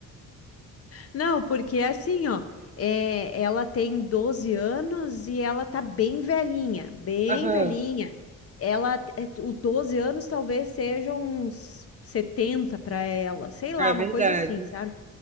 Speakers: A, on the left; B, on the right.
A: Não, porque é assim, ó, é, ela tem 12 anos e ela tá bem velhinha, bem
B: Aham,
A: velhinha. Ela, é, o 12 anos talvez seja uns 70 para ela, sei lá,
B: é
A: uma
B: verdade.
A: coisa assim, sabe?